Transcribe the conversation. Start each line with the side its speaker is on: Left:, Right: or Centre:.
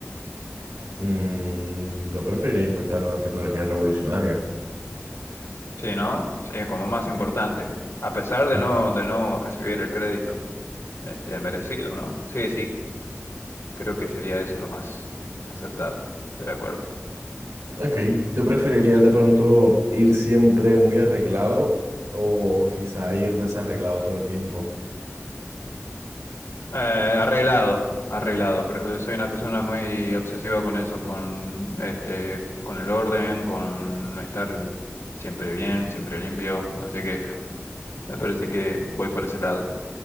Right: Mm, yo preferiría inventar una tecnología revolucionaria.
Left: Sí, ¿no? Sí, como más importante. A pesar de
Right: Mm,
Left: no, de no recibir el crédito, este, merecido, ¿no? Sí, sí, creo que sería eso lo más acertado. Estoy de acuerdo.
Right: ok, ¿tú preferirías de pronto ir siempre muy arreglado o quizá ir desarreglado todo el tiempo?
Left: Eh, arreglado, arreglado. Pero eh, soy una persona muy obsesiva con eso, con este, con el orden, con estar eh, siempre bien, siempre limpio. Así que <laughs> me parece que voy por ese lado.